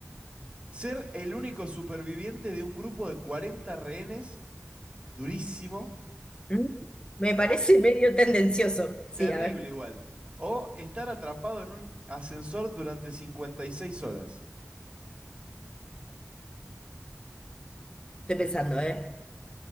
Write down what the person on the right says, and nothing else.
Ser el único superviviente de un grupo de 40 rehenes, durísimo,
o
terrible
igual. O estar atrapado en un ascensor durante 56 horas.